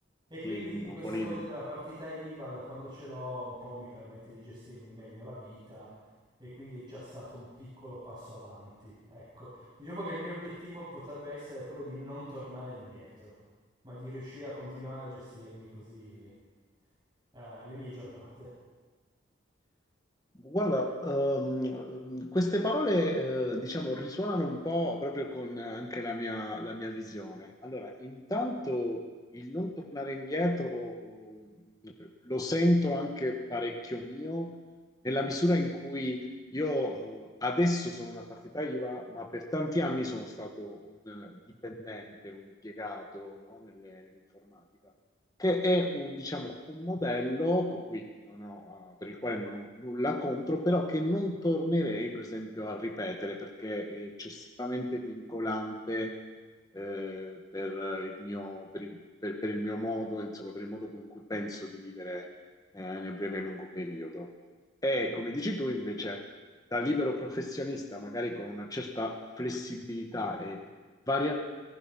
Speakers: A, on the right; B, on the left.
A: E quindi
B: Sì, improponibile.
A: questa cosa della partita IVA, da quando ce l'ho, un po' mi permette di gestirmi meglio la vita e quindi è già stato un piccolo passo avanti. Ecco, diciamo che il mio obiettivo potrebbe essere quello di non tornare indietro, ma di riuscire a continuare a gestirmi così, eh, le mie giornate.
B: Guarda, ehm, queste parole, eh, diciamo, risuonano un po' proprio con anche la mia, la mia visione. Allora, intanto il non tornare indietro, ehm, lo sento anche parecchio mio, nella misura in cui io, eh, adesso sono una partita IVA, ma per tanti anni sono stato un dipendente, un impiegato, no, nelle- nell'informatica che è un, diciamo, un modello con cui non ho, ah, per il quale non ho nulla contro, però che non tornerei, per esempio, a ripetere perché è eccessivamente vincolante eh, per il mio, per il- per- per il mio modo, insomma, per il modo con cui penso di vivere eh, nel breve e lungo periodo. E come dici tu, invece, da libero professionista, magari con una certa flessibilità e variabilità,